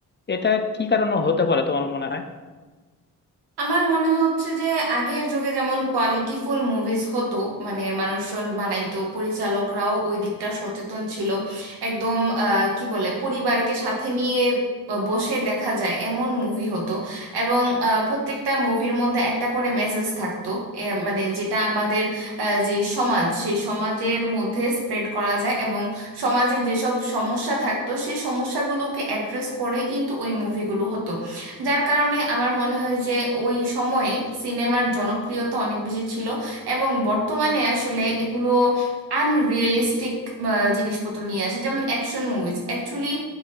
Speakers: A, on the left; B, on the right.
A: এটা কি কারণে হতে পারে তোমার মনে হয়
B: আমার মনে হচ্ছে যে আগের যুগে যেমন কোয়ালিটিফুল মুভিজ হতো মানে মানুষজন বানাইতো পরিচালকরাও ওই দিকটা সচেতন ছিল একদম আহ, কি বলে পরিবারকে সাথে নিয়ে ব- বসে দেখা যায় এমন মুভি হতো এবং আহ, প্রত্যেকটা মুভির মধ্যে একটা করে মেসেজ থাকতো এ, মানে যেটা আমাদের আহ, যে সমাজ সেই সমাজের মধ্যে স্প্রেড করা যায় এবং সমাজে যেসব সমস্যা থাকতো সেই সমস্যাগুলোকে অ্যাড্রেস করে কিন্তু ওই মুভিগুলো হতো যার কারণে আমার মনে হয় যে ওই সময়ে সিনেমার জনপ্রিয়তা অনেক বেশি ছিল এবং বর্তমানে আসলে এগুলো আনরিয়েলিস্টিক জিনিসপত্র নিয়ে আসে যেমন অ্যাকশন মুভিজ অ্যাকচুয়ালি